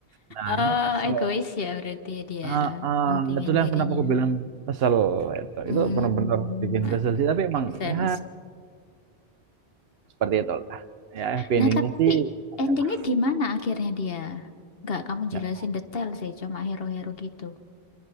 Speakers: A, on the right; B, on the left.
A: Nah,
B: Oh,
A: ini kesel.
B: egois ya berarti ya dia
A: Ah, ah,
B: mementingin
A: itu yang
B: dirinya.
A: kenapa aku bilang kesel itu.
B: Hmm,
A: Itu benar-benar bikin kesel sih. Tapi emang
B: make sense.
A: ya seperti itu lah Ya happy
B: Nah,
A: endingnya
B: tapi
A: sih oke
B: endingnya
A: lah.
B: gimana akhirnya dia? Nggak kamu
A: Ya,
B: jelasin detail sih, cuma hero-hero gitu.